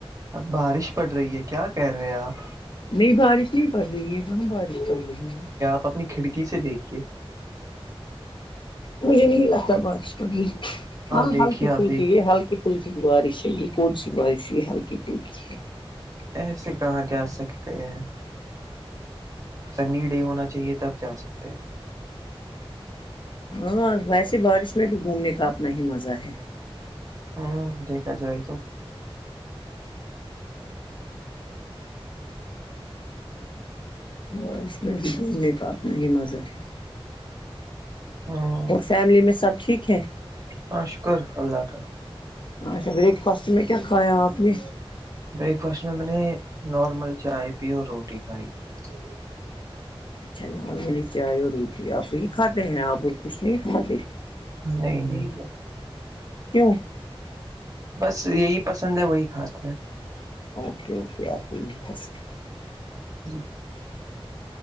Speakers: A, on the right; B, on the left.
A: اب بارش پڑ رہی ہے کیا کہہ رہے آپ
B: نہیں بارش نہیں پڑ رہی ہے تواں بارش پڑ رہی ہے
A: اپنی کھڑکی سے دیکھیے
B: مجھے نہیں لگتا بارش پڑی ہاں
A: دیکھیے
B: ہلکی
A: آپ
B: پھلکی
A: دیکھ
B: یہ ہلکی کہ پھلک بارش ہے یہ کون سی بارش ہو یہ ہلکی پھلکی ہے
A: ایسے کہاں جا سکتے ہیں سنڈی ڈے ہونا چاہیے تب جا سکتے ہیں
B: ہاں ویسے بارش میں بھی گھومنے کا اپنا ہی مزہ ہے
A: ہوں دیکھا جائے تو
B: ج اور اس میں بھی گھومنے کا اپنا ہی مزہ ہے
A: ہ
B: اور فیملی میں سب ٹھیک ہے
A: ہاں شکر اللہ کا
B: اچھا بریک فاسٹ میں کیا کھایا آپ نے
A: بریک فاسٹ میں میں نے نارمل چائے پی اور روٹی کھائی جی
B: اچھا نارملی چائے اور روٹی آپ ہی کھاتے ہیں آپ اور کچھ نہیں کھاتے
A: نہیں نہیں
B: کیوں
A: بس یہی پسند ہے وہی کھاتے ہیں
B: اوکے اوکے آپ کو یہ پسند
A: جی